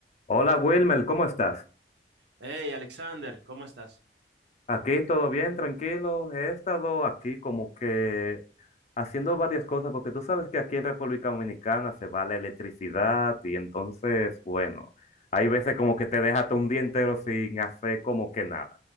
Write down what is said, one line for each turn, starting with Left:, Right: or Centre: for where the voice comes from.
Left: Hola Wilmer, ¿cómo estás?
Right: Hey, Alexander, ¿cómo estás?
Left: Aquí todo bien, tranquilo. He estado aquí como que haciendo varias cosas, porque tú sabes que aquí en República Dominicana se va la electricidad y entonces, bueno, hay veces como que te dejas un día entero sin hacer como que nada.